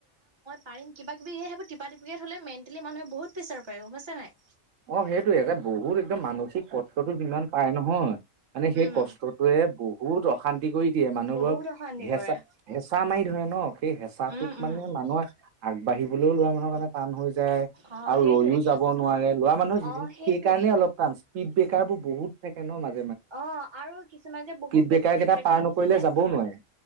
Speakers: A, on the right; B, on the right.
A: পাৰি কিবাকিবি সেইবোৰ তিপাতিপিকে ঠলে মেন্তেলি মানুহে বহুত প্ৰেচাৰ পায় গম পাইছা নে নাই।
B: অ, সেইটোয়ে এটা বহুত একদম মানসিক কষ্ঠটো যিমান পায় নহয় মানে সেই
A: উম
B: কষ্টটোৱে বহুত অশান্তি কৰি দিয়ে। মানুহবোৰক
A: বহুত অশান্তি
B: হেচা
A: কৰে
B: - হেচা মাৰি ধৰে। ন সেই হেচাটোত
A: উম
B: মানে
A: উম
B: মানুহে আগবাঢ়িবলৈও ল'ৰা মানুহৰ কাৰণে টান হৈ যায়
A: অ
B: আৰু
A: সেইটোৱে
B: ৰৈও যাব নোৱাৰে ল'ৰা মানুহৰ জীৱন
A: অ সেইটোৱে
B: সেইকাৰণে অলপ টান স্পীড ব্ৰেকাৰ বোৰ বহুত থাকে ন মাজ
A: অ, আৰু কিছুমান যে বহুত
B: ব্ৰেকাৰ
A: বেছি ডিপ্ৰেচনত
B: কেইটা পাৰ নকৰিলে
A: গুচি যায়।
B: যাবও নোৱাৰে